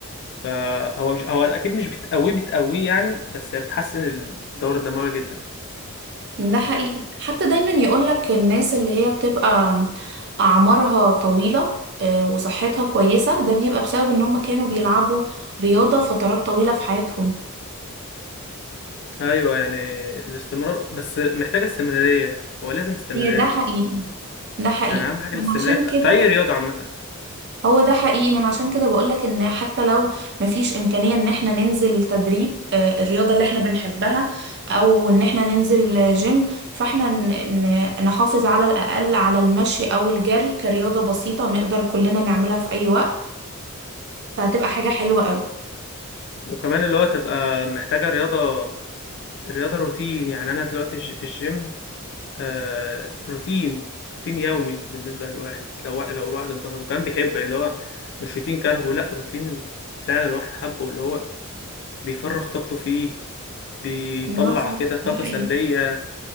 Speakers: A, on the left; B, on the right.
A: فهو مش هو أكيد مش بتقويه بتقويه يعني بس هي بتحسن الدورة الدموية جدا
B: ده حقيقي حتى دايما يقولك الناس اللي هي بتبقى أعمارها طويلة آه، وصحتها كويسة ده بيبقى بسبب إن هم كانوا بيلعبوا رياضة فترات طويلة في حياتهم
A: أيوة يعني الاستمرار بس محتاجة استمرارية هو لازم استمرارية
B: هي ده حقيقي ده حقيقي
A: يعني أهم حاجة
B: من
A: الاستمرارية
B: عشان
A: في
B: كده
A: في أي رياضة عامة
B: هو ده حقيقي من عشان كده بقولك ان حتى لو مفيش امكانية ان احنا ننزل تدريب آه، الرياضة اللي احنا بنحبها او ان احنا ننزل جيم فاحنا ن- ن- نحافظ على الاقل على المشي او الجري كرياضة بسيطة نقدر كلنا نعملها في اي وقت فهتبقى حاجة حلوة قوي
A: وكمان اللي هو تبقى محتاجة رياضة رياضة روتين يعني أنا دلوقتي الج- الجيم آه روتين روتين يومي بالنسبة للواحد لو وا- لو الواحد انتظم كان بيحب اللي هو مش روتين كرهه لا روتين فعلا الواحد حبه اللي هو بيفرغ طاقته فيه بيطلع
B: ده صح
A: كده طاقة
B: ده حقيقي
A: سلبية